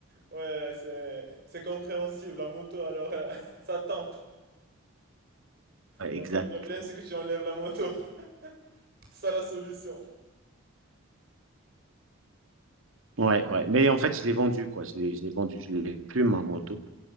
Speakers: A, on the right (about 45°); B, on the right (about 70°).
A: Ouais, c'est c'est compréhensible, la moto, alors euh, <laughs> ça tente.
B: Ouais,
A: Donc
B: exact.
A: le problème, c'est que tu enlèves la moto. <laughs> C'est ça la solution.
B: Ouais, ouais. Mais en fait, je l'ai vendu, quoi. Je l'ai, je l'ai vendu. Je l'ai plus, ma moto.